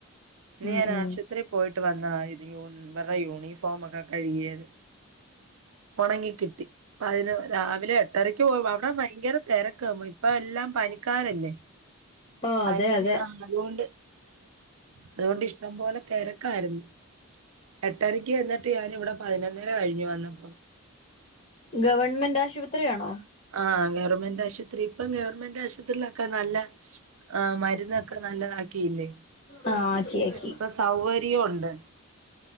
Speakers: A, on the right; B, on the left.
A: ഇന്ന്
B: ഉം
A: ഞാൻ
B: ഉം
A: ആശുപത്രീ പോയിട്ട് വന്നതാ ഇത് യൂണ് ഇവര്ടെ യൂണിഫോ ഫോമൊക്കെ കഴുകിയത് ഒണങ്ങി കിട്ടി പ്പൊ അയിന് രാവിലെ എ ട്ടരയ്ക്ക് പോയപ്പോ അവിടെ ഭയങ്കര തെരക്കാ ഇപ്പ എല്ലാം പനിക്കാരല്ലേ
B: ഓ
A: പനി
B: അതെ അതെ
A: ആഹ് അതുകൊണ്ട് അതുകൊണ്ട് ഇഷ്ടം പോലെ തെരക്കാരുന്നു എട്ടരക്ക് ചെന്നിട്ട് ഞാനിവിടെ പതിനൊന്നര കഴിഞ്ഞു വന്നപ്പം
B: ഗവൺമെന്റ് ആശുപത്രിയാണോ
A: ആഹ് ഗവർമെന്റ് ആശുപത്രി ഇപ്പം ഗവൺമെ ന്റാശുപത്രീലൊക്ക നല്ല ആഹ് മരുന്നൊക്ക നല്ലതാക്കിയില്ലേ
B: ആ ആക്കി ആക്കി
A: ഇപ്പ സൗവര്യോണ്ട്